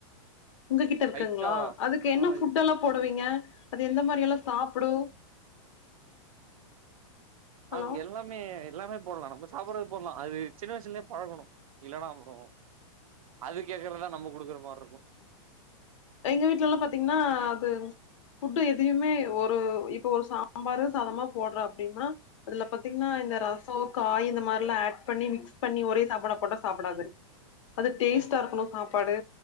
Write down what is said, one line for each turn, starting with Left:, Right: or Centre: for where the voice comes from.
Left: உங்ககிட்ட இருக்குங்ளா
Right: ஹைட்டா
Left: அதுக்கு என்ன
Right: ஆ
Left: ஃபுட்டல்லா
Right: இருக்கு
Left: போடுவீங்க அது எந்த மாரியெல்லா சாப்புடு ஹலோ
Right: அங் எல்லா மே எல்லாமே போடலா நம்ப சாப்பிறத் போட்லா அது சின்ன வயசுலே பழகணு இல்லனா அப்புறோ அது கேக்குறதா நம்ம குடுக்குற மார்ருக்கு
Left: எங்க வீட்டெல்லா பாத்தீங்ன்னா அது ஃபுட்டு எதையுமே ஒரு இப்ப ஒரு சா ம்பாரு சாதமா போட்ற அப்டீனா அதுல பாத்தீங்ன்னா இந்த ரசோ காய் இந்த மாரில்லா ஆட் பண்ணி மிக்ஸ் பண்ணி ஒரே சாப்பிட போட்ட சாப்பிடாது அது டேஸ்ட்டா
Right: ம்
Left: இருக்கணு சாப்பாடு